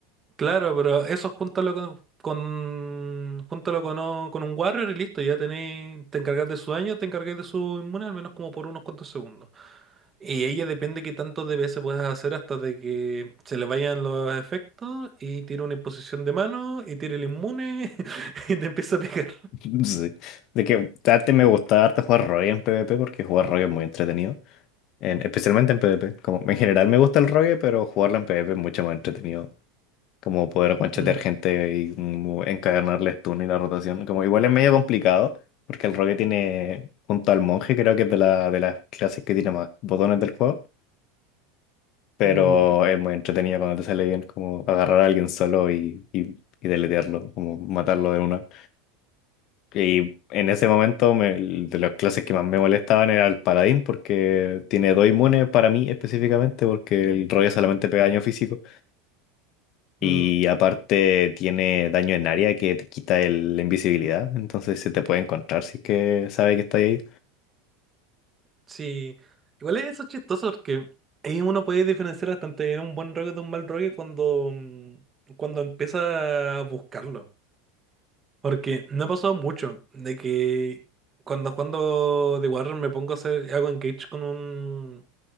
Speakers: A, on the right; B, on the left.
A: Claro, pero eso júntalo con, con júntalo con, o- con un Warrior y listo, ya tenéis, te encargás de su daño, te encargáis de su inmune al menos como por unos cuantos segundos. Y ella depende qué tantos DPS puedes hacer hasta de que se le vayan los efectos y tire una imposición de mano y tire el inmune <laughs> y te empieza a pegar.
B: <laughs> Sí. De que antes me gustaba harto jugar Rogue en PvP porque jugar Rogue es muy entretenido, en- especialmente en PvP. Como, en general me gusta el Rogue, pero jugarla en PvP es mucho más entretenido. como poder guanchetear
A: Mm,
B: gente y como encadenarles turno y la rotación. Como igual es medio complicado, porque el rogue tiene, junto al monje, creo que es de la, de las clases que tiene más botones del juego, pero
A: mm,
B: es muy entretenido cuando te sale bien, como agarrar a alguien solo y, y, y deletearlo, como matarlo de una. Y en ese momento, me- de las clases que más me molestaban era el paladín, porque tiene dos inmunes para mí específicamente, porque el rogue solamente pega daño físico. Y
A: mm.
B: aparte tiene daño en área que te quita el- la invisibilidad, entonces se te puede encontrar si es que sabe que está ahí.
A: Sí, igual es eso chistoso porque ahí uno puede diferenciar bastante un buen rogue de un mal rogue cuando, mm, cuando empieza a buscarlo. Porque me ha pasado mucho de que cuando jugando The Warrior me pongo a hacer, hago engage con un,